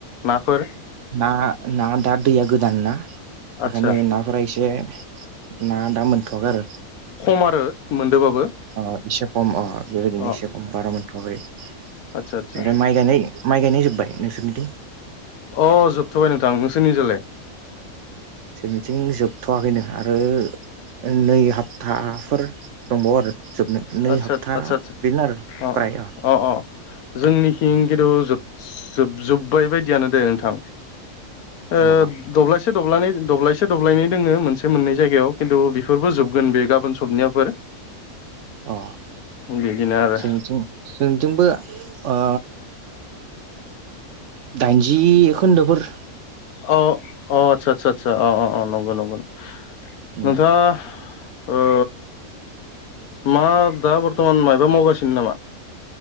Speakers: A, on the left; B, on the right.
A: नाफोर
B: ना ना दा दैया गोदान ना बेखायनो
A: आदसा
B: ना फोरा एसे ना दा मोनथ'वाखै आरो
A: खम आरो मोनदोबाबो।
B: अ एसे खम अ बेबायदिनो
A: अ
B: एसे खम बारा मोनथ'वाखै। ओमफ्राय
A: आदसा आदसा
B: माइ गायनाय माइ गायनाय जोबबाय नोंसोरनिथिं
A: अह जोबथ'बाय नोंथां। नोंसोनिजालाय?
B: जोंथिं जोबथ'वाखैनो आरो नै हफ्ताफोर दंबावो आरो जोबनो नै
A: आदसा
B: हफ्ता
A: आदसा आदसा
B: बेनो आरो
A: अ
B: फ्राय ओ
A: अ अ जोंनिथिं खिन्थुजोब जोबजोब्बाय बायदियानो दे नोंथां ओ
B: अ
A: दबलायसे से दब्ल दब्लायसे दब्लायन दोङो मोनसे मोननै जायगायाव खिन्थु बेफोरबो जोबगोन बे गाबोन सबनियाफोर
B: अ
A: बिदिनो आरो
B: जोंथिं जोंथिंबो ओ दाइनजि खोनन्दोफोर
A: औ अ आदसा आदसा आदसा अ अ अ नंगौ नंगौ नोंथाङा
B: उम
A: ओ मा दा बर्थमान मायबा मावगासिनो नामा?